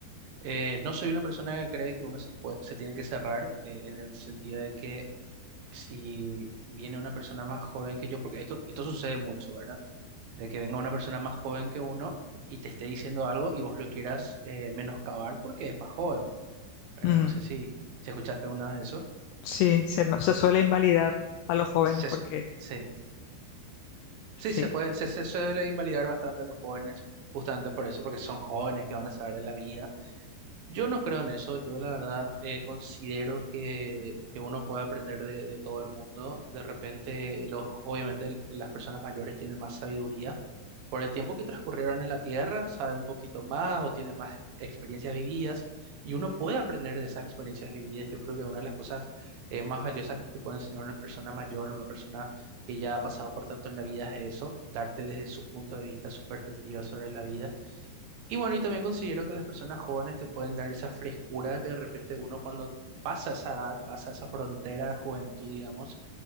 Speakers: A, on the right; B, on the left.
A: Eh, no soy una persona que cree que uno se puede- se tiene que cerrar eh, en el sentido de que si viene una persona más joven que yo, porque esto, esto sucede mucho, ¿verdad? de que venga una persona más joven que uno y te esté diciendo algo y vos lo quieras eh, menoscabar porque es más joven, ¿verdad?
B: Mm,
A: No sé si, si escuchaste alguna vez eso.
B: sí, se, no- se suele invalidar a los jóvenes
A: Se,
B: porque
A: su- se-
B: sí.
A: sí, se puede, se, se suele invalidar bastante a los jóvenes, justamente por eso, porque son jóvenes que van a saber de la vida Yo no creo en eso, yo la verdad eh, considero que, que uno puede aprender de, de todo el mundo. De repente, los, obviamente las personas mayores tienen más sabiduría por el tiempo que transcurrieron en la Tierra, saben un poquito más o tienen más experiencias vividas y uno puede aprender de esas experiencias vividas. Yo creo que una de las cosas eh, más valiosas que te puede enseñar una persona mayor, una persona que ya ha pasado por tanto en la vida es eso, darte desde su punto de vista, su perspectiva sobre la vida. Y bueno, y también considero que las personas jóvenes te pueden dar esa frescura que de repente uno cuando pasa esa edad, pasa esa frontera de juventud, digamos,